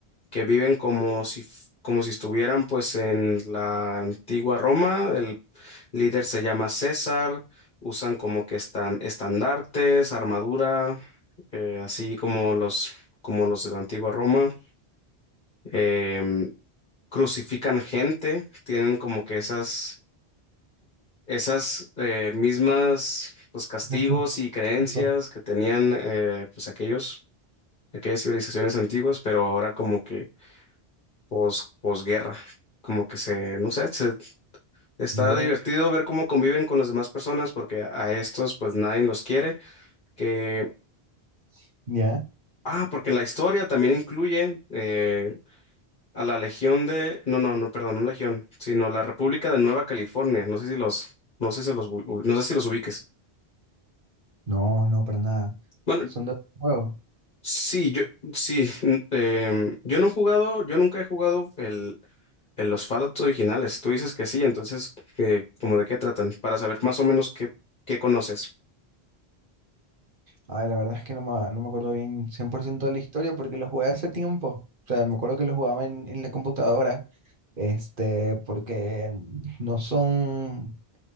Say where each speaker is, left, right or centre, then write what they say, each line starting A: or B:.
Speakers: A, on the left (about 50°); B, on the right (about 55°).
A: que viven como si, f- como si estuvieran pues en la antigua Roma. El líder se llama César, usan como que están estandartes, armadura, eh, así como los, como los de la antigua Roma. Em, crucifican gente, tienen como que esas, esas eh, mismas pues castigos
B: No, no,
A: y creencias
B: no.
A: que tenían eh, pues aquellos aquellas civilizaciones antiguas, pero ahora como que pos, posguerra, como que se, no sé, se- está
B: Bien.
A: divertido ver cómo conviven con las demás personas, porque a estos pues nadie los quiere, que,
B: <laughs> Ya.
A: ah, porque la historia también incluye eh, a la Legión de, no, no, no, perdón, no Legión, sino la República de Nueva California, no sé si los, no sé si los, u- no sé si los ubiques.
B: No, no, para nada.
A: Bueno,
B: Son dos juegos.
A: sí, yo, sí, n- em, yo no he jugado, yo nunca he jugado el En los Fallout originales, tú dices que sí, entonces, que, ¿cómo de qué tratan? Para saber más o menos qué, qué conoces.
B: Ay, la verdad es que no me, no me acuerdo bien 100% de la historia porque lo jugué hace tiempo. O sea, me acuerdo que lo jugaba en, en la computadora, este, porque no son,